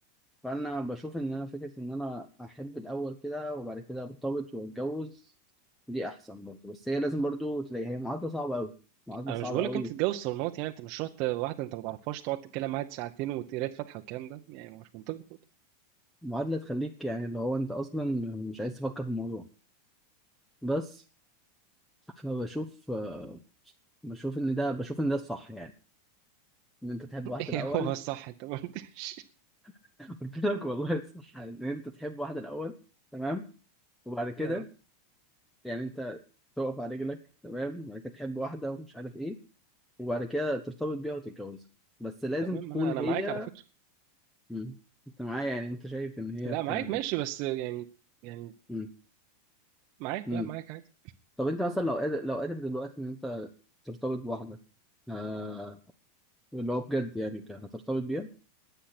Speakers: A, in the centre; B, on the right.
A: فانا بشوف ان انا فكره ان انا احب الاول كده وبعد كده ارتبط واتجوز دي احسن برضه بس هي لازم برضه تلاقي هي معادله صعبه قوي معادله
B: انا
A: صعبه
B: مش بقولك
A: قوي
B: انت تتجوز صالونات يعني انت مش رحت واحده انت ما تعرفهاش تقعد تتكلم معاها ساعتين وتقرا فاتحه والكلام ده يعني هو مش منطقي برضه
A: معادله تخليك يعني اللي هو انت اصلا مش عايز تفكر في الموضوع بس فبشوف آه، بشوف ان ده بشوف ان ده الصح يعني ان انت تحب
B: <laughs>
A: واحده
B: ايه
A: الاول
B: هو بس صح انت ما قلتش
A: <laughs> قلت لك والله الصح ان انت تحب واحده الاول تمام وبعد كده
B: اه
A: يعني انت تقف على رجلك تمام وبعد كده تحب واحده ومش عارف ايه وبعد كده ترتبط بيها وتتجوزها بس لازم
B: تمام
A: تكون
B: انا انا
A: هي
B: معاك على فكره
A: مم. انت معايا يعني انت شايف ان هي
B: لا
A: بتاع
B: معاك
A: ده
B: ماشي بس يعني يعني
A: مم.
B: معاك
A: مم.
B: لا معاك عادي
A: طب انت مثلا لو قادر لو قادر دلوقتي ان انت ترتبط بواحدة آه... اللي هو بجد يعني ك- هترتبط بيها